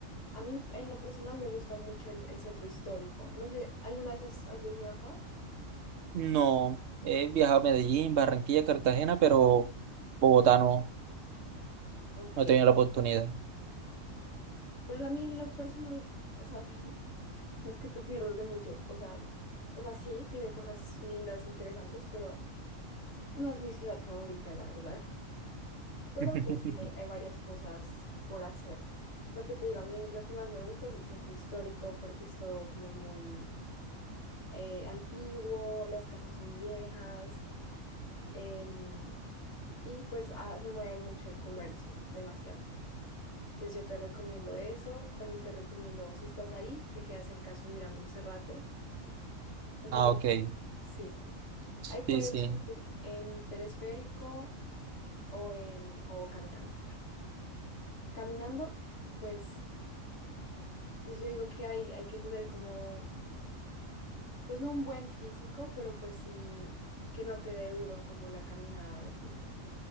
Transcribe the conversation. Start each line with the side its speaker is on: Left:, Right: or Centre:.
Left: A mí, en lo personal, me gusta mucho el, el centro histórico. No sé, ¿alguna vez has, has venido acá?
Right: No, he viajado a Medellín, Barranquilla, Cartagena, pero Bogotá no,
Left: Ok,
Right: no he tenido la oportunidad.
Left: Pues a mí, en lo personal, o sea, <laughs> no es que te pierdas de mucho. O sea, o sea, sí, tiene cosas lindas, interesantes, pero no es mi ciudad favorita, la verdad. Mm. <laughs> Pero
Right: <laughs>
Left: pues sí, hay, hay varias cosas por hacer. Lo que te digo, a mí lo que más me gusta es el centro histórico porque es todo como muy eh, antiguo, las casas son viejas. em, Y pues ah, se mueve mucho el comercio, demasiado. Entonces yo te recomiendo eso. También te recomiendo, si estás ahí, te queda cerca subir a Monserrate. No sé
Right: Ah,
Left: si hay-
Right: ok.
Left: sí.
Right: Sí,
Left: Ahí puedes
Right: sí,
Left: subir en telesférico o en o caminando. Caminando, pues, pues yo digo que hay, hay que tener como, pues no un buen físico, pero pues sí que no te dé duro como la caminada y así.